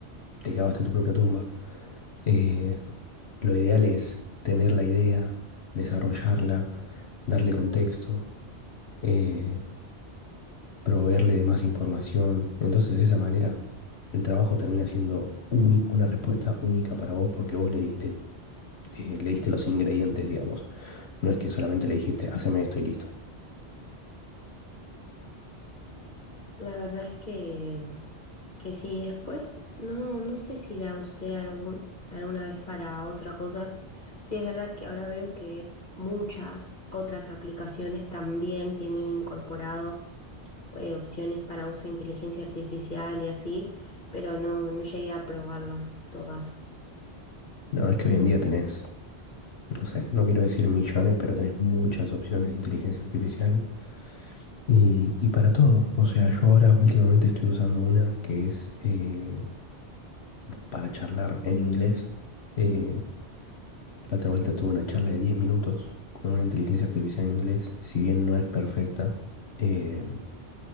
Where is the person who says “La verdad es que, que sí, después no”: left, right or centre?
Left